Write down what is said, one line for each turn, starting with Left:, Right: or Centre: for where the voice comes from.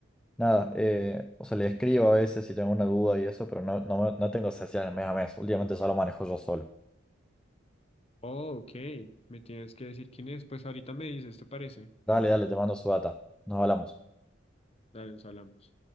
Centre: nada, eh, o sea, le escribo a veces si tengo una duda y eso, pero no, no, no tengo sesiones mes a mes, últimamente ya lo manejo yo solo.
Left: Oh, ok. Me tienes que decir quién es. Pues ahorita me dices, ¿te parece?
Centre: Dale, dale, te mando su data, nos hablamos.
Left: Dale, nos hablamos.